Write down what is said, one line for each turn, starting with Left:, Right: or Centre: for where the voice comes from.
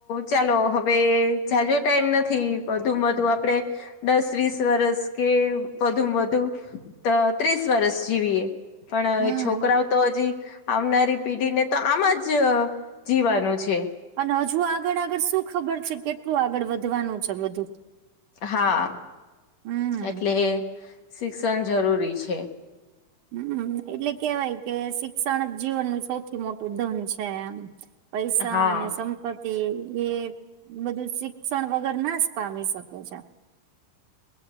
Left: ચાલો હવે જાજો ટાઈમ નથી વધુ વધુ આપડે. દસ વીસ વરસ કે વધુ વધુ ત્રીસ વરષ જીવીએ પણ
Right: હમ
Left: એ છોકરાઓ તો હજી. આવનારી પેઢીને તો આમાં જ જીવાનું છે.
Right: અને હજુ આગળ આગળ શું ખબર છે કેટલું આગળ વધવાનું છે બધું.
Left: હા
Right: હમ
Left: એટલે શિક્ષણ જરૂરી છે.
Right: હમ એટલે કેવાય કે શિક્ષણ જ જીવનનું સૌથી મોટું ધન છે એમ. પૈસા
Left: હા
Right: અને સમ પતિ એ બધું શિક્ષણ વગર નાશ પામી શકે છે.